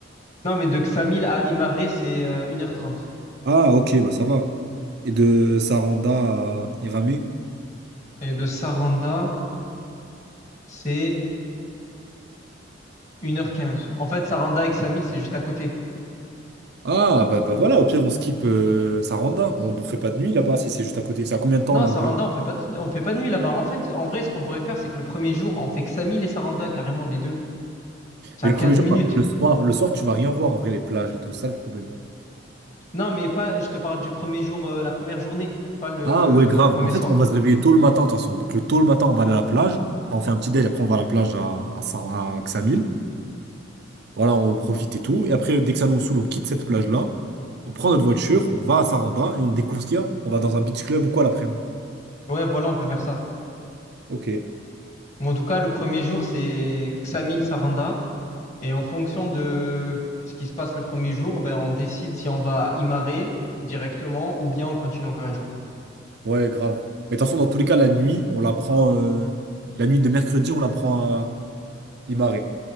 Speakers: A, on the left (about 40°); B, on the right (about 60°).
A: Non, mais de Xamil à Imare, c'est euh, 1h30.
B: Ah, ok, bah ça va. Et de Saranda à Iramé?
A: Et de Saranda, c'est une heure quinze. En fait, Saranda et Xamil, c'est juste à côté.
B: Ah, bah, bah voilà, au pire, on skip euh, Saranda. On ne fait pas de nuit là-bas si c'est juste à côté. C'est à combien de temps
A: Non,
B: l'un
A: Saranda,
B: de l'autre?
A: on fait pas de, on fait pas de nuit là-bas. En fait, en vrai, ce qu'on pourrait faire, c'est que le premier jour, on fait Xamil et Saranda, carrément, les deux. C'est
B: Mais
A: à
B: le
A: 15
B: premier jour,
A: minutes.
B: on va- le soir, le soir, tu vas rien voir en vrai, les plages et tout ça, le problème.
A: Non, mais pas, je te parle du premier jour, euh, la première journée, pas le,
B: Ah, ouais, grave.
A: le premier
B: En fait,
A: soir.
B: on va se réveiller tôt le matin, de toute façon. Donc, le tôt le matin, on va aller à la plage. Enfin, on fait un petit déj. Après, on va à la plage à, à, Sar- à Ksamil. Voilà, on profite et tout. Et après, dès que ça nous saoule, on quitte cette plage-là. On prend notre voiture, on va à Saranda et on découvre ce qu'il y a. On va dans un beach club ou quoi l'après-midi.
A: Ouais, voilà, on peut faire ça.
B: Ok.
A: Bon, en tout cas, le premier jour, c'est Xamil, Saranda. Et en fonction de ce qui se passe le premier jour, ben, on décide si on va y marrer directement ou bien on continue encore un jour.
B: Ouais, grave. Mais attention, dans tous les cas, la nuit, on la prend. euh, La nuit de mercredi, on la prend à Imare.